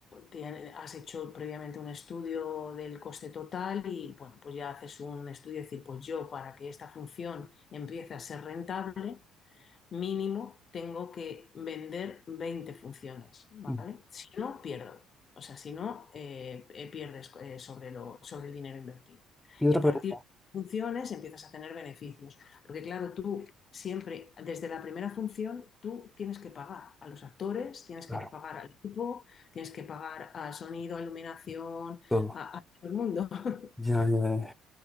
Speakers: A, on the left; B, in the centre.
A: te- has hecho previamente un estudio del coste total y, bueno, pues ya haces un estudio de decir, pues yo para que esta función empiece a ser rentable, mínimo tengo que vender 20 funciones, ¿vale?
B: Ujú.
A: Si no, pierdo. O sea, si no, eh, eh, pierdes eh, sobre lo- sobre el dinero invertido.
B: Y otra
A: Y a partir
B: pregunta,
A: de funciones empiezas a tener beneficios. Porque claro, tú siempre, desde la primera función, tú tienes que pagar a los actores, tienes
B: claro,
A: que pagar al equipo, tienes que pagar al sonido, a iluminación,
B: todo.
A: a, a todo el mundo. <laughs>
B: Ya, ya, ya.